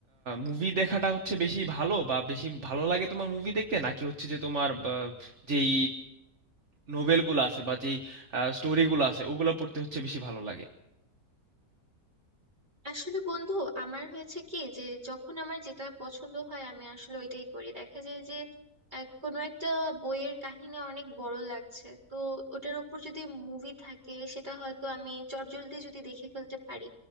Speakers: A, on the right; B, on the right.
A: মুভি দেখাটা হচ্ছে বেশি ভালো বা বেশি ভালো লাগে তোমার মুভি দেখতে নাকি হচ্ছে যে তোমার আহ, যেই নোভেলগুলো আছে বা যেই স্টোরিগুলো আছে ওগুলো পড়তে হচ্ছে বেশি ভালো লাগে
B: আসলে বন্ধু আমার হয়েছে কি যে যখন আমার যেটা পছন্দ হয় আমি আসলে ওইটাই করি দেখা যায় যে এক- কোনো একটা বইয়ের কাহিনী অনেক বড় লাগছে তো ওটার উপর যদি মুভি থাকে সেটা হয়তো আমি চটজলদি যদি দেখে ফেলতে পারি